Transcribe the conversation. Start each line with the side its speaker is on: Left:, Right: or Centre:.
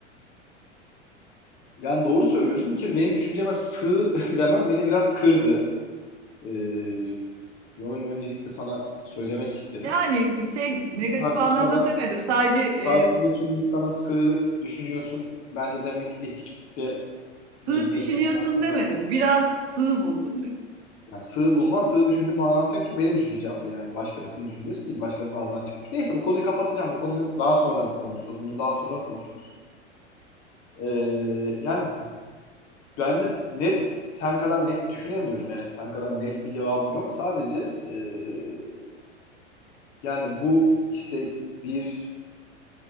Left: Yani doğru söylüyorsun. ki benim düşünceme sığ <laughs> demem beni biraz kırdı. Ee, yani öncelikle sana söylemek isterim.
Right: Yani şey negatif
Left: Bir tartışmada
Right: anlamda söylemedim. Sadece e,
Left: karşındaki insana sığ düşünüyorsun bence demek etik ve
Right: sığ
Left: değil.
Right: düşünüyorsun
Left: Neyse bu konu hakkında
Right: demedim. Biraz sığ buldum dedim.
Left: yani sığ bulma, sığ düşündüğü manası yok. Çünkü benim düşüncem bu yani. Başkasının düşüncesi değil. Başkasının ağzından çıkmış. Neyse bu konuyu kapatacağım. Bu konuyu daha sonra konusu. Bunu daha sonra konuşuruz. Ee, yani Ben de s- net sen kadar net düşünemiyorum yani sen kadar net bir cevabım yok. Sadece eee, yani bu işte bir